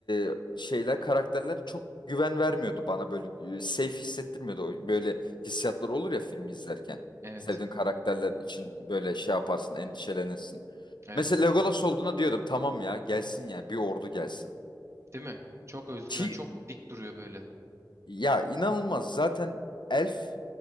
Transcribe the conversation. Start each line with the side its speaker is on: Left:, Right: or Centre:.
Left: e, şeyler karakterler çok güven vermiyordu bana böyle e, safe hissettirmiyordu. O Böyle hissiyatlar olur ya filmi izlerken.
Right: Evet.
Left: Sevdiğin karakterler için böyle şey yaparsın, endişelenirsin.
Right: Evet.
Left: Mesela Legolas olduğuna diyordum tamam ya gelsin yani bir ordu gelsin.
Right: Değil mi? Çok özgüven,
Left: Ki
Right: çok dik duruyor böyle.
Left: ya inanılmaz zaten elf